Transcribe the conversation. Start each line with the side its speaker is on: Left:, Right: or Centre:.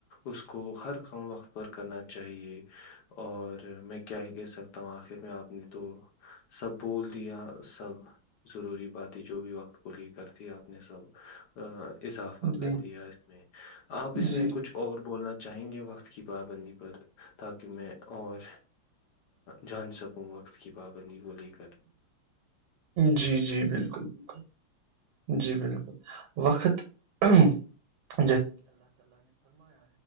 Left: اس کو ہر کام وقت پر کرنا چاہیے اور میں کیا ہی کہہ سکتا ہوں آخر میں آپ نے تو سب بول دیا سب ضروری باتیں جو بھی وقت کو ل کرتی آپ نے سب اضافہ کر
Right: جی
Left: دیا اس میں آپ اس
Right: جی
Left: میں کچھ اور بولنا چاہیں گے وقت کی پابندی پر تاکہ میں اور جان سکوں وقت کی پابندی کو لے کے
Right: جی جی بالکل بالکل جی بالکل وقت <unintelligible>